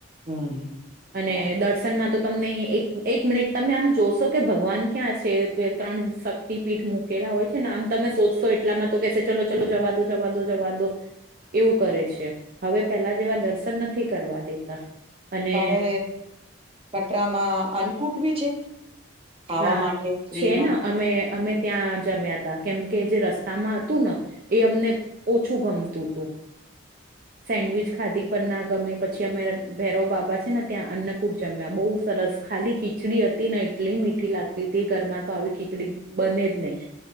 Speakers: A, on the right; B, on the right.
A: હમ
B: અને દસ દર્શનમાં તો તમને એક એક મિનિટ તમે આમ જોશો કે ભગવાન ક્યાં છે ત્રણ પીઠ મૂકેલા હોય છે ને આમ તમે સોધશો એટલામાં તો કે ચલો ચલો જવા દો જવા દો જવા દો. એવું કરે છે હવે પેલા જેવા દર્શન નથી કરવા દેતા અને
A: હવે કટરામાં અન્કુટ બી છે ખાવા
B: હા
A: માટે ફ્રીમાં.
B: છે ને અમે અમે ત્યાં જમ્યા હતા કેમકે જે રસ્તામાં હતું ને એ અમને ઓછું ગમતું હતું. સેન્ડવીચ ખાધી પર ના ગમી પછી અમે ભૈરવ બાબા છે ને ત્યાં અન્નકૂટ જમ્યા બહુ સરસ. ખાલી ખીચડી હતી ને એટલી મીઠી લાગતી હતી ઘરમાં તો આવી ખીચડી બને જ નહી.